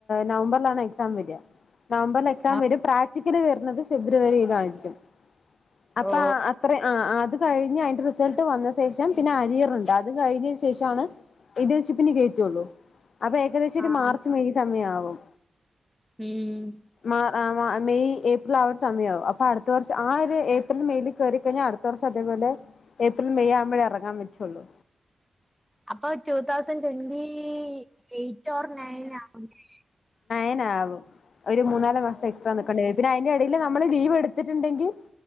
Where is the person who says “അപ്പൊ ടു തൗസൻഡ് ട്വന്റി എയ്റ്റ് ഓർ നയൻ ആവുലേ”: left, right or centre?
Centre